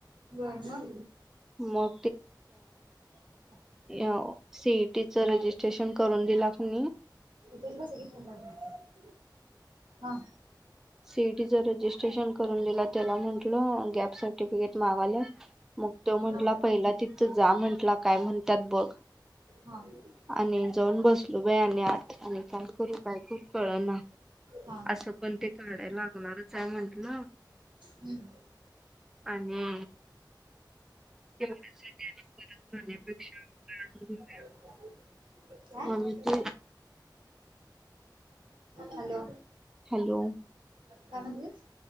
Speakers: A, on the right (about 80°); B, in the centre.
A: व्हय मग
B: मग
A: <unintelligible>
B: याव सी ई टी चं रजिस्ट्रेशन करून दिला कुणी?
A: इथस बसा की <unintelligible> हां
B: सी ई टी चं रजिस्ट्रेशन करून दिला त्याला म्हंटल गॅप सर्टिफिकेट मागल. मग तो म्हंटला
A: हा
B: पहिला तिथं जा म्हंटला काय म्हणतात बघ.
A: हा <unintelligible>
B: आणी जाऊन बसलो बाई आत आणी काय करू, काय करू कळ ना.
A: हा
B: <unintelligible> काडाय लागणारच आहे म्हंटलं
A: हम्म.
B: आणी <unintelligible>
A: <unintelligible> काय?
B: मम्मीची
A: हॅलो
B: हॅलो,
A: काय म्हणलीस?